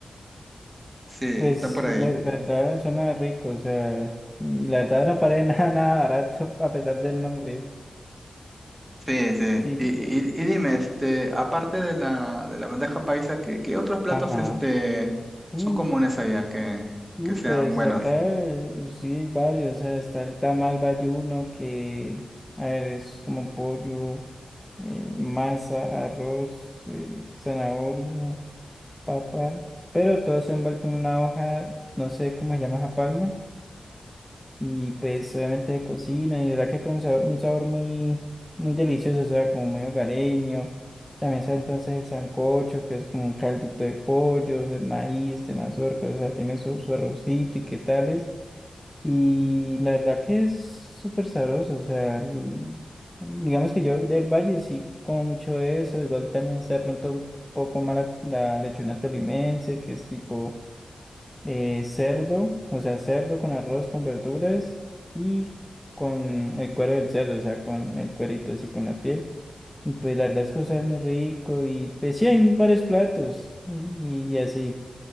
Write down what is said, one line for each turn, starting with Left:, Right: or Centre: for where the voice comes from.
Right: Sí, están
Centre: pues
Right: por
Centre: la,
Right: ahí.
Centre: la verdad suena rico, o sea, y la verdad no parece <laughs> nada, nada barato a pesar del nombre.
Right: Sí, sí.
Centre: Sí,
Right: Y, y- y dime, este, aparte de la, de la bandeja paisa, ¿qué, qué otros platos
Centre: ajá.
Right: este,
Centre: Uh,
Right: son comunes allá que,
Centre: uh,
Right: que sean
Centre: pues
Right: buenos?
Centre: acá eh, sí hay varios, o sea, está el tamal bayuno que, a ver, es como pollo. eh, masa, arroz, eh, zanahoria, papa, pero todo se envuelto en una hoja, no sé cómo se llama esa palma. Y pues obviamente de cocina, y de verdad que queda un sabor, un sabor muy, muy delicioso, o sea, como muy hogareño. También está entonces el sancocho, que es como un caldito de pollo, de maíz, de mazorca, o sea, tiene su, su arrocito y qué tales. Y la verdad que es súper sabroso, o sea, el- digamos que yo del Valle sí como mucho eso, igual también está de pronto un poco mala la lechona tolimense, que es tipo eh, cerdo, o sea, cerdo con arroz, con verduras y con el cuero del cerdo, o sea, con el cuerito, así con la piel. Y pues la verdad es que sabe muy rico y pues sí, hay varios platos y, y así.